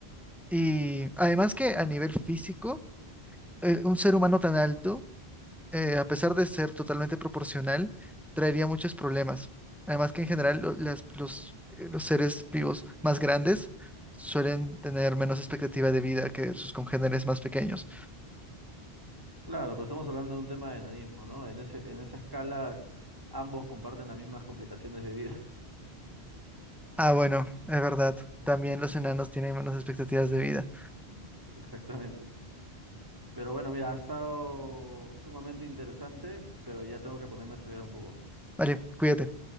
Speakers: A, in the centre; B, on the right (about 20°).
A: Y además que a nivel físico, eh, un ser humano tan alto eh, a pesar de ser totalmente proporcional, traería muchos problemas. Además que en general lo- las- los, eh, los seres vivos más grandes suelen tener menos expectativa de vida que sus congéneres más pequeños.
B: Claro, pero estamos hablando de un tema de enanismo, ¿no? En ese, en esa escala ambos comparten las mismas complicaciones de vida.
A: Ah, bueno, es verdad. También los enanos tienen menos expectativas de vida.
B: <laughs> Exactamente. Pero bueno, mira, ha estado sumamente interesante, pero ya tengo que ponerme a estudiar un poco.
A: Vale, cuídate.